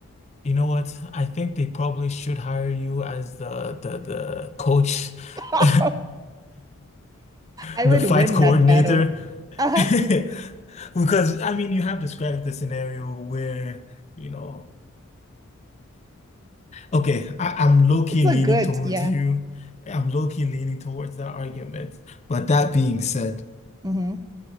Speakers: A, on the left; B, on the right.
A: You know what? I think they probably should hire you as the the the coach, <laughs>
B: <laughs> I would
A: the fight
B: win
A: coordinator.
B: that battle. Uh-huh.
A: <laughs> Because I mean, you have described the scenario where, you know, okay, I, I'm low-key
B: It's a
A: leaning
B: good,
A: towards
B: yeah.
A: you. I'm low-key leaning towards that argument. But that being said,
B: Mm-hmm.